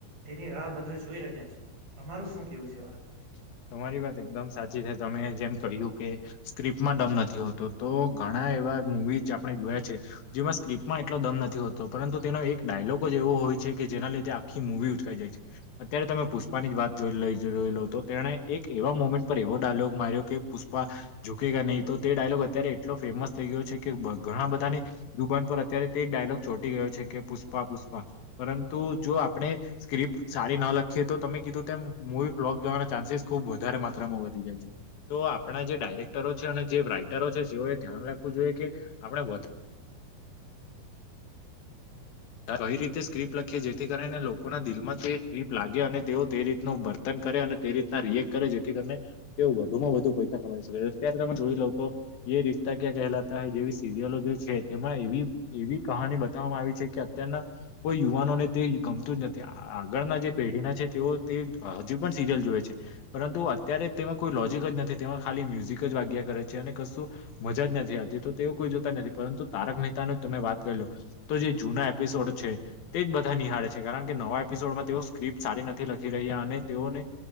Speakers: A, on the right; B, on the left.
A: તેવી રાહ બધા જોઈ રહ્યા છે. તમારું શું કહેવું છે એ વાતમાં?
B: <inaudible> તમારી વાત એકદમ સાચી છે તમે જેમ કહ્યું કે સ્ક્રિપ્ટમાં દમ નથી હોતો તો ઘણા એવા મુવીઝ આપણે જોયા છે જેમાં સ્ક્રિપ્ટ માં એટલો દમ નથી હોતો પરંતુ તેનો એક ડાયલોગ જ એવો હોય છે કે જેના લીધે આખી મુવી ઉચકાઈ જાય છે. અત્યારે તમે પુષ્પાની જ વાત જોઈ લો જોઈ લો તો તેણે એક એવા મોમેન્ટ પર એવો ડાયલોગ માર્યો કે પુષ્પા જુકે કા નહી તો તે ડાયલોગ અત્યારે એટલો ફેમસ થઈ ગયો છે કે બ ઘણા બધાની જુબાન પર અત્યારે તે ડાયલોગ ચોટી ગયો છે કે પુષ્પા પુષ્પા પરંતુ જો આપણે સ્ક્રિપ્ટ સારી ન લખીએ તો તમે કીધું તેમ મુવી ફ્લોપ જવાના ચાન્સીસ ખુબ વધારે માત્રામાં વધી જાય છે. તો આપણા જે ડાયરેક્ટરો છે અને જે રાઈટરો છે તેઓએ ધ્યાન રાખવું જોઈએ કે આપણે વધા <inaudible> આ કઈ રીતે સ્ક્ર્રીપ્ટ લખીએ જેથી કરીને લોકોના દિલ માં તે સ્ક્રીપ્ટ લાગે અને તેઓ તે રીતનો વર્તાવ વર્તન કરે અને તે રીતના રિએક્ટ કરે જેથી કરીને તેઓ વધુમાં વધુ પૈસા કમાઈ શકે છે. અત્યારે તમે જોઈ લો તો યે રિશ્તા ક્યાં કહેલાતા હે જેવી સિરિયલો જે છે તેમાં એવી એવી કહાની બતાવવામાં આવી છે કે તેના કોઈ યુવાનોને તે ગમતું જ નથી આગળના જે પેઢીના છે તેઓ તે હજી પણ સિરિયલ જોએ છે પરંતુ અત્યારે તેમાં કોઈ લોજીક જ નથી તેમાં ખાલી મ્યુઝિક જ વાગ્યા કરે છે. અને કશું મજા જ નથી આવતી તો તેઓ કોઈ જોતા નથી પરંતુ તારક મહેતાનો જ તમે વાત કરી લો તો જે જૂના એપિસોડ છે તે જ બધા નિહાળે છે. કારણ કે નવા એપિસોડમાં તેઓ સ્ક્રિપ્ટ સારી નથી લખી રહ્યા અને તેઓને